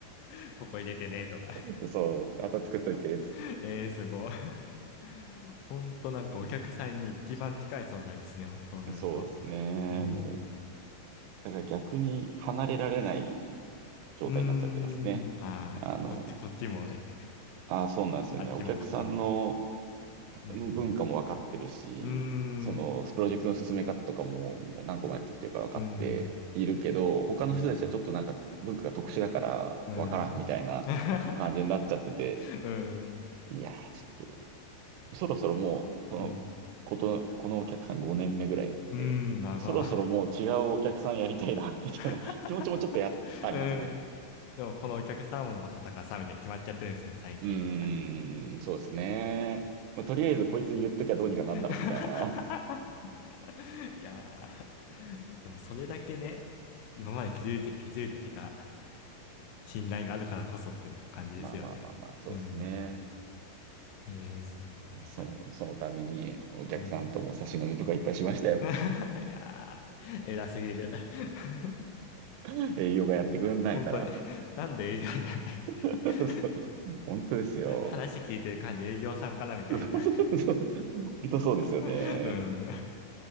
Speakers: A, on the left; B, on the right.
A: <laughs> ここ入れてね、とか。
B: <laughs> そう、あと作っといて、
A: <laughs>
B: つって
A: えー、すごい。<laughs> ほんとなんかお客さんに一番近い存在ですね、
B: そ
A: そうなると。
B: うそうですね。
A: うーん、
B: もう、だから逆に離れられない状態になっちゃってますね。
A: うーん、ああこっち、
B: あの、
A: こっちもね。
B: あ、そうなんですよね。
A: あっちもこっちも。
B: お客さんの
A: うん、
B: 文化も分かってるし、
A: うーん、
B: その、プロジェクトの進め方とかも、もう何個もやってきてるから分かっているけど、
A: うーん、
B: 他の人たちはちょっとなんか文化が特殊だから分からんみたいな感じになっちゃってて、
A: うん、うん、<laughs> うん、
B: いやー、ちょっと、そろそろもう、その、
A: うん。
B: こと、このお客さん5年目ぐらいなんで、
A: うーん、長。
B: そろそろもう違うお客さんやりたいな、
A: <laughs>
B: <laughs> みたいな <laughs> 気持ちもちょっとや、ありますね。
A: うん。でも、このお客さんも正隆さんみたいに決まっちゃってるんですよ、最近は。
B: うーん、そうですね。まあとりあえずこいつに言っときゃどうにかなんだろうみたいな。
A: <laughs> いやー、でもそれだけね、今まで築いて、築いてきた信頼があるからこそっていう感じですよね。
B: <laughs> まあまあまあまあ、そうですね。
A: うーん。ええそうなんだ。
B: その、そのためにお客さんとも差し飲みとかいっぱいしましたよ。
A: うん。<laughs> いやー、偉すぎる。<laughs>
B: <laughs> 営業がやってくれないから。
A: 本当に。<laughs> なんで営業じゃないんだ。
B: <laughs>
A: <laughs>
B: そう本当ですよ。
A: 話聞いてる感じ営業さんかなみたいな。
B: <laughs> そうそうそう本当そうですよね。
A: <laughs> うん。